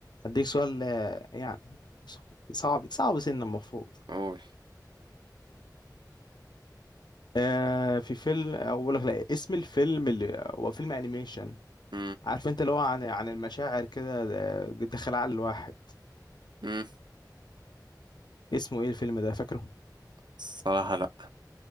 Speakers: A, on the left; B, on the right.
A: هديك سؤال آه، يعني صعب صعب سنة المفروض
B: قول
A: آه في فيلم اقول لك لا اسم الفيلم اللي هو فيلم انيميشن
B: مم.
A: عارف انت اللي هو عن عن المشاعر كده آه، داخل عقل الواحد
B: مم.
A: اسمه ايه الفيلم ده فاكره
B: الصراحة لا